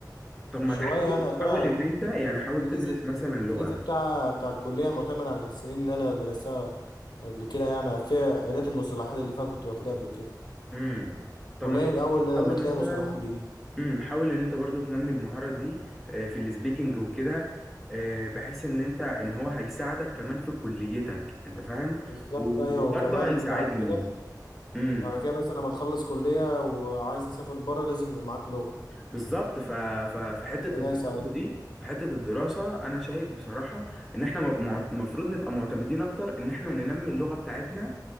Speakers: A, in the centre; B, on the left.
A: طب ما
B: شويه
A: تحاول
B: يعني اصل
A: تحاول
B: انا
A: ان انت يعني
B: الانجليزي
A: حاول تدرس مثلا
B: الانجليزي
A: لغة
B: بتاع بتاع الكليه معتمد على السنين اللي انا درستها قبل كده يعني فيها عائلات المصطلحات اللي فيها كنت واخدها قبل كده
A: امم طب
B: قليل
A: ما تحاول
B: اول
A: تحاول
B: لما تلاقي
A: مثلا
B: مصطلحات جديده
A: امم حاول ان انت برضو تنمي المهارة دي آه، في السبيكنج وكده آه، بحيث ان انت ان هو هيساعدك كمان في كليتك انت فاهم
B: بالظبط
A: و-
B: ايوه
A: وبرضه
B: وكمان
A: هيساعدني
B: بعد كده
A: امم
B: بعد كده مثلا لما تخلص كليه وعايز تسافر بره لازم يبقى معاك لغه
A: بالظبط ف... ف... في حتة
B: فده
A: الدراسة
B: يساعدني
A: دي في حتة الدراسة انا شايف بصراحة ان احنا المفروض نبقى معتمدين اكتر ان احنا ننمي اللغة بتاعتنا